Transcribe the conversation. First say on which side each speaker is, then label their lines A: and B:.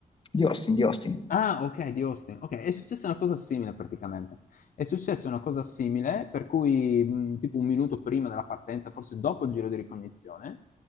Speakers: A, on the left; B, on the left.
A: Di Austin, di Austin,
B: Ah, ok, di Austin. Ok, è successa una cosa simile praticamente. È successa una cosa simile, per cui mh, tipo un minuto prima della partenza, forse dopo il giro di ricognizione,